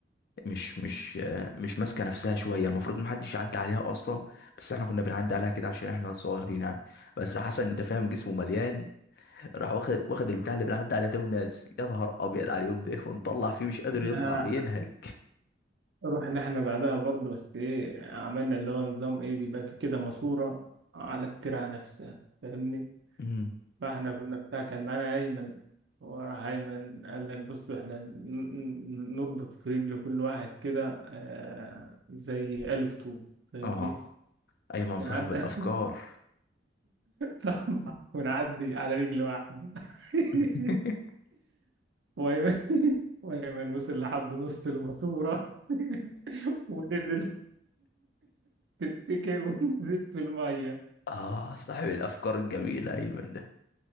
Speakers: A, on the left; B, on the right.
A: مش مش مش ماسكه نفسها شويه المفروض ما حدش يعدي عليها اصلا بس احنا كنا بنعدي عليها كده عشان احنا صغيرين يعني بس حسن ده فاهم جسمه مليان راح واخد واخد البتاع اللي بنعدي عليه ده ونازل يا نهار ابيض على اليوم ده ونطلع فيه مش قادر يطلع
B: آه،
A: بينهج
B: رحنا احنا بعدها برضه بس ايه عملنا اللي هو نظام ايه بيبقى في كده ماسورة على الترعة نفسها فاهمني
A: امم
B: فاحنا كنا بتاع كان معانا أيمن وراح أيمن قال لك بصوا احنا ن- ن- نربط في رجل كل واحد كده آه زي ألف طول فاهمني
A: اه ايمن
B: ونعدي
A: صاحب الافكار
B: <laughs> طبعا ونعدي على رجل واحدة <laughs>
A: <laughs>
B: وأيمن وأيمن وصل لحد نص الماسورة <laughs> ونزل <laughs> تفتكر ونزل في المية
A: اه صاحب الافكار الجميله ايمن ده